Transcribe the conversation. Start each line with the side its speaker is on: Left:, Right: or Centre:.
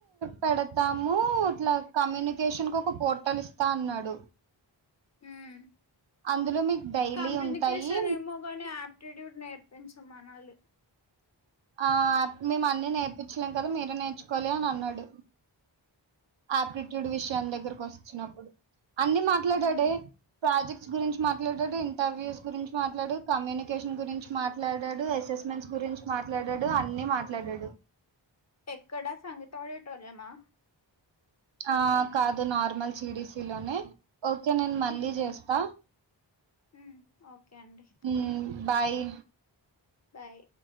Right: పెడతాము ఇట్లా కమ్యూనికేషన్కు ఒక పోర్టల్ ఇస్తా అన్నాడు
Left: ఉమ్,
Right: అందులో మీకు డైలీ
Left: కమ్యూనికేషన్
Right: ఉంటాయి
Left: ఏమో గాని ఆప్టిట్యూడ్ నేర్పించ మనాలి
Right: ఆప్ మీమ్ అన్నీ నేర్పించలేం కదా మీరే నేర్చుకోవాలి అనీ అన్నాడు ఆప్టిట్యూడ్ విషయం దగ్గరకు వచ్చినప్పుడు అన్ని మాట్లాడాడే
Left: ఉమ్,
Right: ప్రాజెక్ గురించి మాట్లాడడు ఇంటర్వ్యూస్ గురించి మాట్లాడాడు కమ్యూనికేషన్ గురించి మాట్లాడాడు అసెస్మెంట్స్ గురించి మాట్లాడడు అన్ని మాట్లాడడు
Left: ఎక్కడ సంగీత ఆడిటోర్యమా
Right: ఆ కాదు నార్మల్ సిడిసి లోనే ఒకే నేను మళ్ళీ
Left: ఉమ్,
Right: చేస్తా
Left: ఉమ్, ఓకే అండి
Right: ఉ బాయి
Left: బాయ్